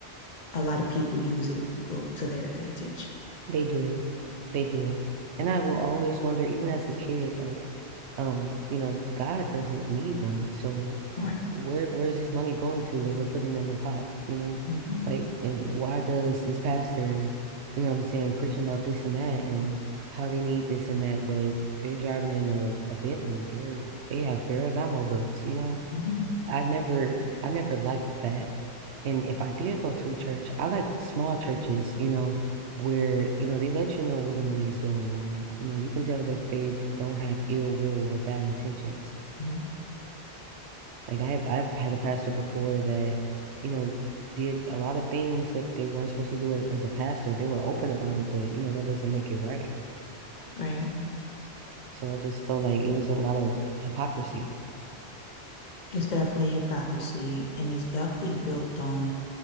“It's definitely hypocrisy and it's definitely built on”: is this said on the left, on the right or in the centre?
Left